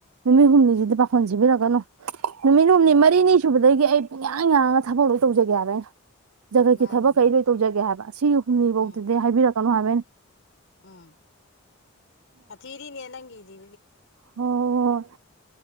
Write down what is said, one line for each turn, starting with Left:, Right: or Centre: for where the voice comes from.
Right: ꯅꯨꯃꯤꯠ ꯍꯨꯝꯅꯤꯁꯤꯗꯤ ꯄꯥꯈꯣꯟ ꯁꯤꯕꯤꯔꯛꯀꯅꯨ ꯅꯨꯃꯤꯅ ꯎꯨꯝꯅꯤ
Left: ꯎꯝ
Right: ꯃꯔꯤꯅꯤ ꯁꯨꯕꯗ ꯑꯗꯒꯤ ꯑꯩ ꯄꯨꯡꯌꯥꯡ ꯌꯥꯡꯉꯒ ꯊꯕꯛ ꯂꯧ ꯇꯧꯖꯒꯦ ꯍꯥꯏꯕꯩꯅ ꯖꯒꯠꯀꯤ
Left: ꯃꯥꯅꯤꯅꯦ
Right: ꯊꯕꯛ ꯀꯩꯗꯩ ꯇꯧꯖꯒꯦ ꯍꯥꯏꯕ ꯁꯤ ꯁꯨꯝꯅꯤꯐꯧꯇꯗ
Left: ꯎꯝ
Right: ꯍꯥꯏꯕꯤꯔꯛꯄ ꯀꯂꯣ ꯍꯥꯏꯕꯦꯟ
Left: ꯎꯝ ꯐ ꯊꯤꯔꯤꯅꯦ ꯅꯪꯗꯗꯤ
Right: ꯑꯣ